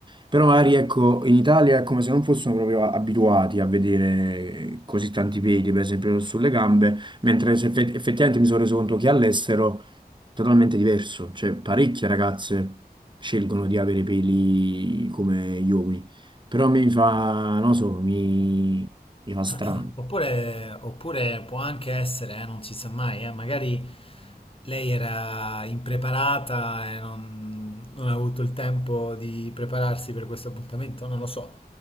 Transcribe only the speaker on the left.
<clears throat> Oppure, oppure può anche essere, eh, non si sa mai, eh, magari lei era impreparata e non, non ha avuto il tempo di prepararsi per questo appuntamento, non lo so.